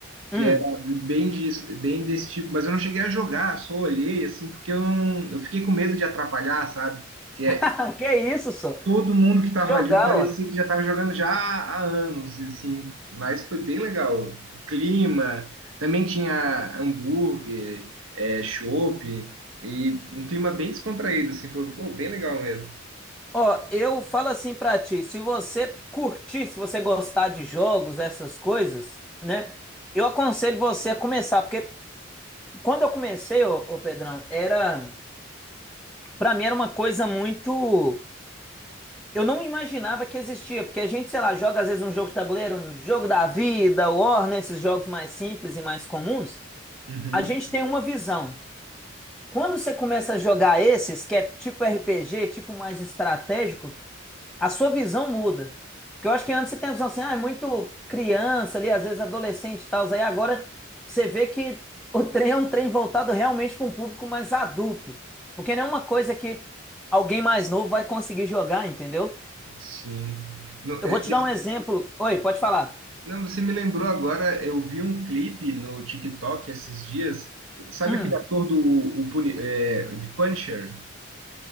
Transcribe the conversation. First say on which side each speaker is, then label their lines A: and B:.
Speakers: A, on the right; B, in the centre.
A: que
B: Hum.
A: era
B: <laughs>
A: bem disso, bem desse tipo, mas eu não cheguei a jogar, só olhei assim, porque eu, não- eu fiquei com medo de atrapalhar, sabe? Que é
B: Ah, Que isso, só?
A: Todo mundo que
B: Tem
A: estava
B: que jogar,
A: ali parecia
B: ué.
A: que já estava jogando já há há anos, e assim, mas foi bem legal. O clima, também tinha hambúrguer, é, chopp, e um clima bem descontraído, assim, foi pô, bem legal mesmo.
B: Ó, eu falo assim pra ti, se você curtir, se você gostar de jogos, essas coisas, né? Eu aconselho você a começar, porque quando eu comecei, ô, ô Pedrão, era, pra mim era uma coisa muito Eu não imaginava que existia, porque a gente, sei lá, joga às vezes um jogo de tabuleiro, um jogo da vida, War, né, esses jogos mais simples e mais comuns,
A: Uhum,
B: a gente tem uma visão. Quando você começa a jogar esses, que é tipo RPG, tipo mais estratégico, a sua visão muda. Porque eu acho que antes você tem a visão assim, ah, é muito criança ali, às vezes adolescente e tal, aí agora você vê que o trem é um trem voltado realmente para um público mais adulto. Porque não é uma coisa que alguém mais novo vai conseguir jogar, entendeu?
A: sim. No-
B: Eu
A: é,
B: vou te
A: esse-
B: dar um exemplo. Oi, pode falar.
A: não, você me lembrou agora, eu vi um clipe no TikTok esses dias, sabe
B: Hum,
A: aquele ator do o Puni- é, de Punisher?